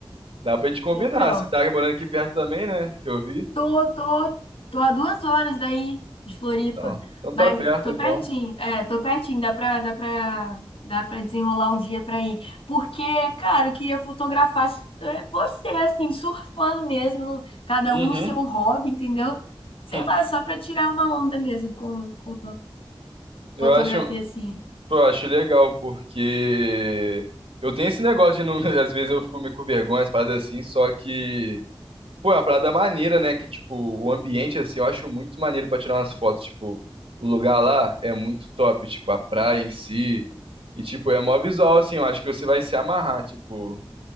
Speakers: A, on the right; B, on the left.
A: dá pra gente combinar.
B: Então,
A: Você tá morando aqui perto também, né? Que eu vi.
B: Tô, tô, tô a duas horas daí de Floripa,
A: Então, então tá
B: mas
A: perto,
B: tô
A: então.
B: pertinho, é, tô pertinho, dá pra, dá pra, dá pra desenrolar um dia pra ir. Porque, cara, eu queria fotografar é, você, assim, surfando mesmo, cada
A: Uhum.
B: um no seu hobby, entendeu? Sei
A: <laughs>
B: lá, só pra tirar uma onda mesmo com, com
A: Eu
B: fotografia,
A: acho,
B: assim.
A: pô, eu acho legal, porque eu tenho esse negócio de, não, <laughs> às vezes eu fico meio com vergonha, as paradas assim, só que. Pô, é uma parada maneira, né? Que, tipo, o ambiente, assim, eu acho muito maneiro pra tirar umas fotos. Tipo, o lugar lá é muito top. Tipo, a praia em si. E, tipo, é mó visual, assim. Eu acho que você vai se amarrar. Tipo,